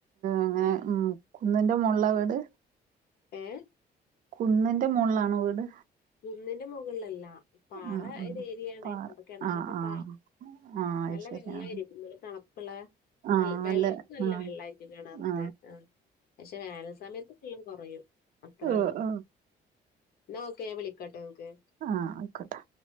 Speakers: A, on the left; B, on the right.
A: ഉം
B: അങ്ങനെ
A: ഉം
B: മ്മ് കുന്നിന്റെ മുകളിലാ വീട്
A: ഏഹ്
B: കുന്നിന്റെ മുകളിലാണോ വീട്
A: കുന്നിന്റെ മുകളിലല്ലാ പാറ
B: ആ ആ
A: ഒരു ഏരിയ ആണേ
B: പാറ
A: അപ്പൊ കിണറൊക്കെ
B: ആ ആ
A: പാ
B: ആ അയ്ശരി
A: നല്ല വെളളായിരിക്കും
B: ആ
A: നല്ല തണുപ്പുള്ള
B: ആ
A: നല്ല വെള്ള നല്ല
B: ആ
A: വെള്ളായിട്ട് കെണറ്ത്തെ
B: ആ
A: ആഹ് പക്ഷെ വേനൽ സമയത്ത് വെള്ളം കുറയും അത്രേള്ളൂ
B: ഓ ഓ
A: എന്നാ ഓക്കെ ഞാൻ വിളിക്കാട്ടൊ ഇങ്ങക്ക്
B: ആഹ് ആയിക്കോട്ടെ